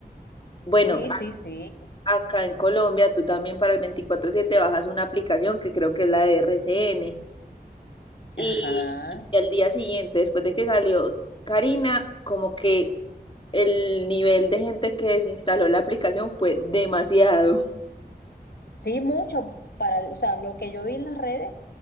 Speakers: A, on the left; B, on the left.
A: Bueno,
B: Sí, sí, sí.
A: a- acá en Colombia tú también para el veinticuatro siete bajas una aplicación que creo que es la de RCN y,
B: Ajá.
A: y al día siguiente, después de que salió Karina, como que el nivel de gente que desinstaló la aplicación fue demasiado.
B: Sí, mucho. Para, o sea, lo que yo vi en las redes